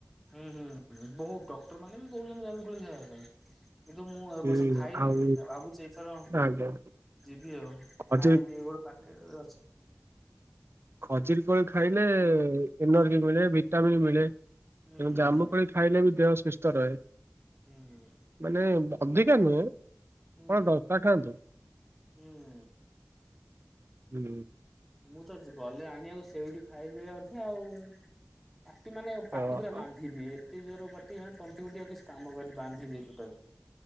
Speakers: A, in the centre; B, on the right (about 50°).
A: ହୁଁ ହୁଁ ହୁଁ ବହୁତ ଡକ୍ଟର ମାନେ ବି କହୁଛନ୍ତି ଜାମୁ କୋଳି ଖାଇବା ପାଇଁ। କିନ୍ତୁ ମୁଁ ଏ
B: କି
A: ବର୍ଷ ଖାଇନି
B: ଆଉ
A: ଭାବୁଚି ଏଇଥର
B: ଆଜ୍ଞା
A: ଯିବି ଆଉ।
B: ଖଜୁରୀ
A: ଆଣିବି ଗୋଟେ ପାଖରେ ଅଛି।
B: ଖଜୁରି କୋଳି ଖାଇଲେ ଏନର୍ଜି ମିଳେ ଭିଟାମିିନ୍ ମିଳେ।
A: ହୁଁ
B: ତେଣୁ
A: ହୁଁ
B: ଜାମୁକୋଳି
A: ହୁଁ
B: ଖାଇଲେ ବି ଦେହ ସୁସ୍ଥ ରହେ।
A: ହୁଁ ହୁଁ।
B: ମାନେ ଅଧିକା ନୁହେଁ କଣ
A: ହୁଁ।
B: ଦଶଟା ଖାଆନ୍ତୁ।
A: ହୁଁ।
B: ହୁଁ।
A: ମୁଁ ତ ଯି ଗଲେ ଆଣିବାକୁ ସେଇଠି ଖାଇଦିଏ ଅଧେ ଆଉ। ପାଟି ମାନେ ପାଟି
B: ହଁ
A: ପୁରା ବାନ୍ଧି ଦିଏ। ତିକି ଜୋର ବଟିକା ଆଣ ତଣ୍ଟି ଫଣ୍ଟି ଆଉ କିଛି କାମ କରେନି ବାନ୍ଧିିଦିଏ ଟୋଟାଲି।